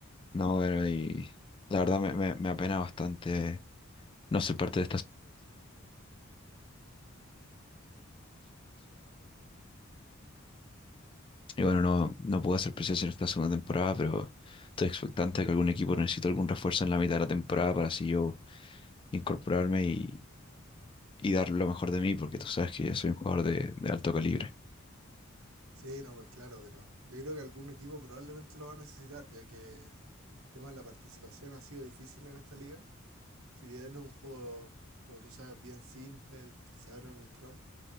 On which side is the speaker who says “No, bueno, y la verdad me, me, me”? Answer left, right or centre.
Left